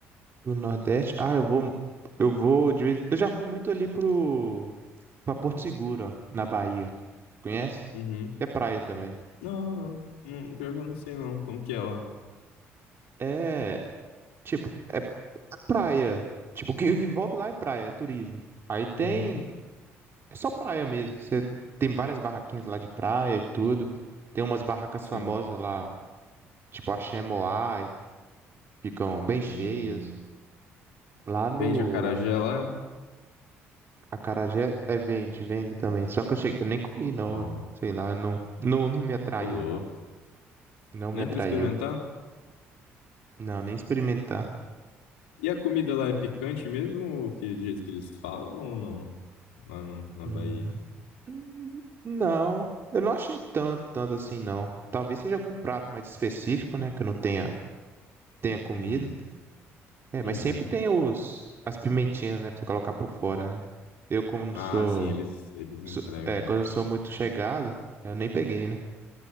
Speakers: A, on the right; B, on the left.
A: Do Nordeste. Ah, eu vou. Eu vou de vez. Eu já fui muito ali pro. Pra Porto Seguro, ó, na Bahia. Conhece?
B: Uhum.
A: É praia também.
B: Não, não, não. Pior que eu não sei, não. Como que é lá?
A: É. Tipo, é praia. Tipo, o que, o que envolve lá é praia, é turismo. Aí tem
B: Uhum.
A: É só praia mesmo. Você tem várias barraquinhas lá de praia e tudo. Tem umas barracas
B: Sim.
A: famosas lá, tipo a Moá, e ficam bem cheias.
B: Hum.
A: Lá no
B: Vende acarajé lá?
A: Acarajé é vende, vende também. Só que eu cheguei, eu nem comi não,
B: Bom,
A: sei lá, não, não, não me atraiu
B: ô louco.
A: não. Não
B: Nem
A: me atraiu.
B: pra experimentar?
A: Não, nem experimentar.
B: E a comida lá é picante mesmo? Ou que, do jeito que eles falam ou não? Lá no, na
A: Hum.
B: Bahia.
A: Hum, Não, eu não achei tanto, tanto assim não. Talvez seja algum prato mais específico, né, que eu não tenha tenha comido.
B: Uhum.
A: É, mas
B: Entendi.
A: sempre tem os, as pimentinhas, né, pra você colocar por fora, né? Eu, como não
B: Ah,
A: sou,
B: sim, eles, eles entregam
A: sou- é, quando
B: lá.
A: eu não sou muito chegado, eu nem peguei, né?